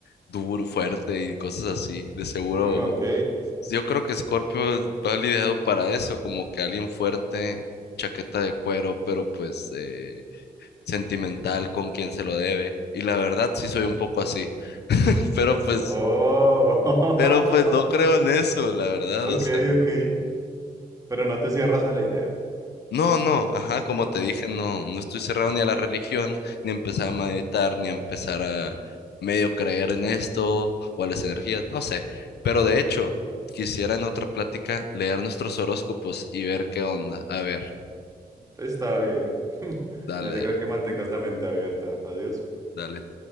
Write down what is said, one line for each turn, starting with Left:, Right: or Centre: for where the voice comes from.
Left: duro, fuerte y cosas así. De seguro,
Right: Mm, ok.
Left: yo creo que Scorpio va lidiado para eso, como que alguien fuerte, chaqueta de cuero, pero pues eh, sentimental con quien se lo debe. Y la verdad, sí soy un poco así. <laughs> Pero pues,
Right: Oh.
Left: pero pues no
Right: <laughs>
Left: creo en eso, la verdad.
Right: Ok,
Left: O sea, no,
Right: ok. Pero no te cierras a la idea.
Left: no, no, ajá, como te dije, no, no estoy cerrado ni a la religión, ni a empezar a meditar, ni a empezar a medio creer en esto o a las energías, no sé. Pero de hecho, quisiera en otra plática leer nuestros horóscopos y ver qué onda. A ver,
Right: Está bien. <laughs>
Left: dale,
Right: Me alegra
Left: dale,
Right: que mantengas la mente abierta. Adiós.
Left: dale.